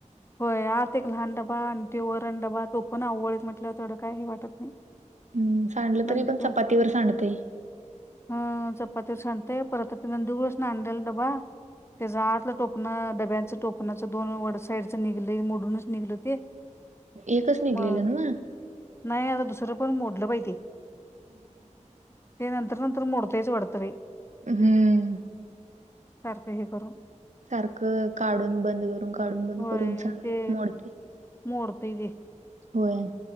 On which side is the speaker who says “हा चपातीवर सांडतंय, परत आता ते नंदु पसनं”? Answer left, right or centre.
Left